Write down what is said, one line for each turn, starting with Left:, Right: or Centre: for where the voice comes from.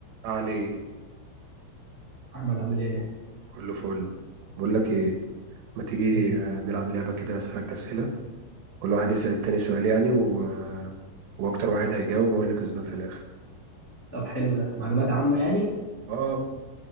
Right: عليه
Centre: محمد عامل ايه؟
Right: كله فل بقول لك ايه ما تيجي
Centre: قول لي
Right: آه، نلعب لعبة كده اسألك أسئلة كل واحد يسأل التاني سؤال يعني و... آه، واكتر واحد هيجاوب هو اللي كسبان في الاخر
Centre: طب حلو ده معلومات عامة يعني؟
Right: اه